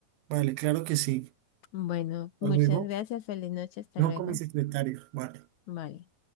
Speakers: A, on the right; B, on the left.
A: Vale, claro que sí.
B: Bueno, muchas
A: Hasta luego.
B: gracias. Feliz noche. Hasta
A: No
B: luego.
A: con mi secretario. Vale.
B: Vale.